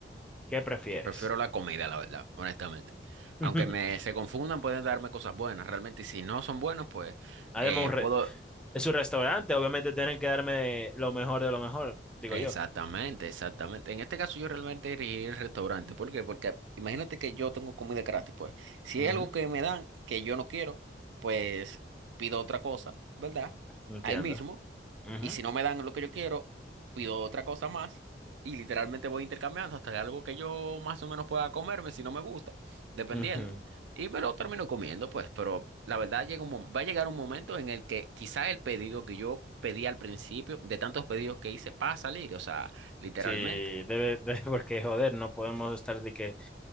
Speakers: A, in the centre; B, on the right.
A: ¿Qué prefieres?
B: Prefiero la comida, la verdad, honestamente. Aunque
A: <laughs>
B: me se confundan, pueden darme cosas buenas, realmente. Y si no son buenas, pues
A: Además,
B: eh,
A: un re-
B: puedo.
A: es un restaurante, obviamente tienen que darme lo mejor de lo mejor, digo
B: Exactamente,
A: yo.
B: exactamente. En este caso, yo realmente iría al restaurante. ¿Por qué? Porque imagínate que yo tengo comida gratis, pues. Si
A: Ujú,
B: hay algo que me dan que yo no quiero, pues pido otra cosa, ¿verdad?
A: Entiendo.
B: Ahí mismo.
A: Ujú,
B: Y si no me dan lo que yo quiero, pido otra cosa más y literalmente voy intercambiando hasta que algo que yo más o menos pueda comerme si no me gusta, dependiendo.
A: ujú.
B: Y me lo termino comiendo, pues, pero la verdad llega un, mom- va a llegar un momento en el que quizá el pedido que yo pedí al principio, de tantos pedidos que hice, va a salir, o sea, literalmente.
A: Sí, debe, <laughs> debe- porque joder, no podemos estar de que